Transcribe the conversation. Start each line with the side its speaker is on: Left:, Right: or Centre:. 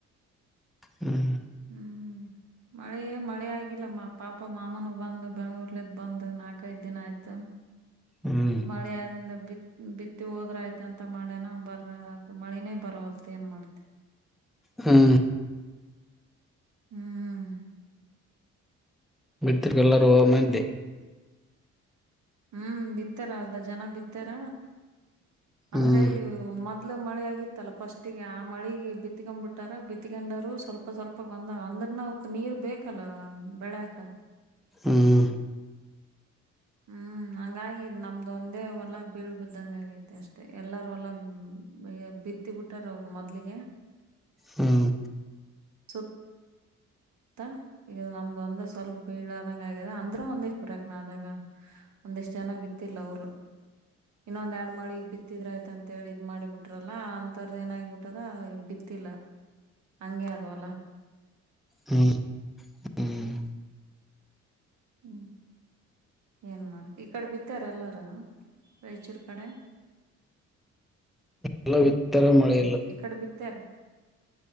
Centre: ಹ್ಮ್ ಹಮ್
Right: ಹ್ಮ್
Centre: <inaudible>
Right: ಮಳೆ ಮಳೆ ಆಗಿಲ್ಲಮ್ಮ ಪಾಪ ಮಾಮನ ಬಂದು ಬೆಂಗಳೂರ್ಲದ ಬಂದು ನಾಕೈದ್ ದಿನ ಆಯ್ತು.
Centre: ಹ್ಮ್
Right: ಮಳೆ ಆದಿಂದ ಬಿತ್ತ ಬಿತ್ತಿ ಹೋದ್ರ ಆಯ್ತ ಅಂತ ಮಾಡ್ಯನ ಬರ್ರ ಅದು ಮಳಿನೇ ಬರವಲ್ದ ಏನ್ ಮಾಡ್ತೆ.
Centre: ಹ್ಮ್
Right: ಹ್ಮ್
Centre: ಬಿತ್ರಿಗ್ ಎಲ್ಲರುವ ಮಂದಿ.
Right: ಹ್ಮ್ ಬಿತ್ತಾರ ಅರ್ಧ ಜನ ಬಿತ್ತಾರ.
Centre: ಹ್ಮ್
Right: ಅಂದ್ರೆ ಮೊದ್ ಮೊದ್ಲು ಮಳೆಯಗಿತ್ತಲ್ಲ ಪಷ್ಟಿಗೆ ಆ ಮಳಿಗೆ ಬಿತ್ಕೆಂಬಿಟರ ಬಿತ್ಕೆಂಡರು ಸ್ವಲ್ಪ ಸ್ವಲ್ಪ ಬಂದವ ಅಂದ್ <unintelligible> ನಾವುಕ ನೀರ್ ಬೇಕಲ್ಲ ಬೆಳಕ.
Centre: ಹ್ಮ.
Right: ಹ್ಮ್. ಹಂಗಾಗಿ ನಮ್ದ ಒಂದೇ ಹೊಲ ಬಿಳ್ಬಿದಂಗ್ ಹಂಗಗೈತಿ ಅಷ್ಟೇ ಎಲ್ಲರ ಒಲ ಹ್ಮ್ಮ್ ಹೈ. ಬಿತ್ತಿ ಬಿಟ್ಟಾರ ಅವರು ಮೊದ್ಲಿಗೆ.
Centre: ಹ್ಮ್.
Right: ಸುತ್ ತಾ ಈಗ ನಮ್ದ ಒಂದ ಸ್ವಲ್ಪ ಬೀಳಾದಂಗ್ ಆಗ್ಯದ ಅಂದ್ರ ಒಂದ್ ಎಷ್ಟ್ <unintelligible> ಆದಾಗ. ಒಂದಿಷ್ಟ್ ಜನ ಬಿತ್ತಿಲ್ಲ ಅವ್ರು. ಇನ್ನೊಂದ್ ಎರಡ್ ಮಳಿಗ್ ಬಿತ್ತಿದ್ರಯ್ತ ಅಂತ್ ಹೇಳಿ ಇದ್ ಮಾಡಿ ಬಿಟ್ರಲ್ಲಾ ಅಂತರ್ ಏನ್ ಆಗ್ಬುಟದ ಈಗ ಬಿತ್ ಇಲ್ಲ ಹಂಗೆ ಅದ ವಲ.
Centre: ಹ್ಮ್ ಹ್ಮ್.
Right: ಹ್ಮ್. ಏನ್ ಮಾಡ್ತಿ ಈಕಡೆ ಬಿತ್ತಾರ ಎಲ್ಲಾರು ರಾಯ್ಚೂರ್ ಕಡೆ.
Centre: ಎಲ್ಲ ಬಿತ್ತಾರ ಮಳೆ ಇಲ್ಲ
Right: ಇಕಡೆ ಬಿತ್ತಾರ.